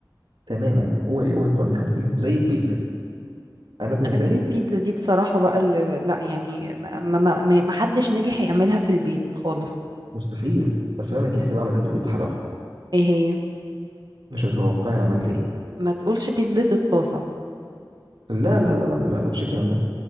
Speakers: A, on the right; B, on the right.
A: تماما اوعي اوعي تقارني حد بيهم زي البيتزا انا بالنسبه
B: لأ، البيتزا
A: لي
B: دي بصراحة بقى اللي لا يعني ما ما ما ما حدش نجح يعملها في البيت خالص
A: مستحيل بس انا نجحت بقى عملتها في البيت في حاله واحده
B: ايه هي
A: مش هتتوقعي انا عملت ايه
B: ما تقولش بيتزا الطاسة
A: لا لا لا لا لا لا مفيش الكلام ده